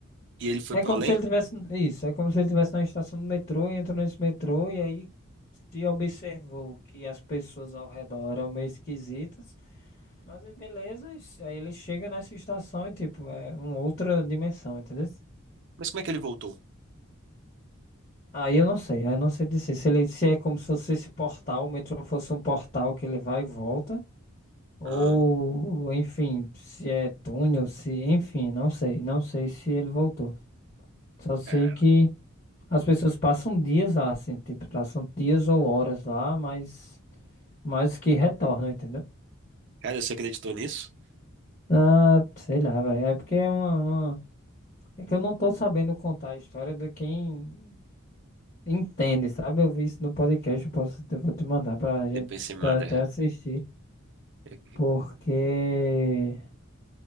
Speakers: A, on the right (about 60°); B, on the left (about 40°).
A: e ele foi
B: É
A: pro
B: como
A: além?
B: se ele tivesse. Isso, é como se ele tivesse na estação do metrô e entrou nesse metrô e aí se observou que as pessoas ao redor eram meio esquisitas. Mas aí beleza, isso- aí ele chega nessa estação e tipo, é uma outra dimensão, entendeu?
A: Mas como é que ele voltou?
B: Aí eu não sei, aí eu não sei dizer se ele se é como se fosse esse portal, o metrô fosse um portal que ele vai e volta. Ou,
A: Ah,
B: enfim, se é túnel, se, enfim, não sei, não sei se ele voltou. Só sei
A: cara.
B: que as pessoas passam dias lá, assim, tipo, passam dias ou horas lá, mas, mas que retornam, entendeu?
A: Cara, você acreditou nisso?
B: Ah, sei lá, velho, é porque é uma, uma- É que eu não tô sabendo contar a história de quem entende, sabe? Eu vi isso no podcast, eu posso, eu vou te mandar pra gente,
A: Depois você manda.
B: pra até assistir,
A: É
B: porque,